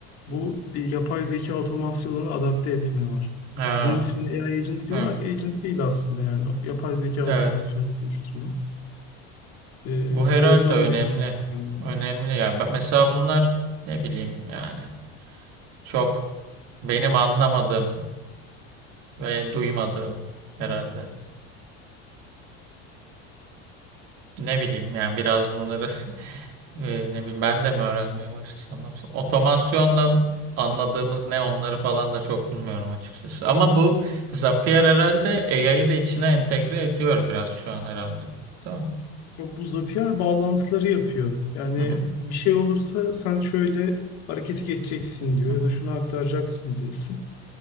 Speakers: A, on the left (about 55°); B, on the right (about 50°).
A: bu e, yapay zeka otomasyonlarını adapte etme var.
B: Ha,
A: Bunun ismini AI agent diyorlar
B: evet.
A: da agent değil aslında yani yapay zeka otomasyonunu
B: Evet.
A: oluşturmak. Ee,
B: Bu herhalde
A: oradan
B: önemli.
A: benim yani
B: Önemli ya. Ben- Mesela bunlar ne bileyim yani çok benim anlamadığım ve duymadığım herhalde. Ne bileyim yani biraz bunları <laughs> e, ne bileyim ben de mi öğrenmeye başlasam ne yapsam. Otomasyondan anladığımız ne onları falan da çok bilmiyorum açıkçası. Ama bu Zapier herhalde AI'yı da içine entegre ediyor biraz şu an herhalde. Değil mi?
A: ya bu Zapier bağlantıları yapıyor. Yani
B: Hı hı,
A: bir şey olursa sen şöyle harekete geçeceksin diyor
B: hı hı,
A: ya da şunu aktaracaksın diyorsun.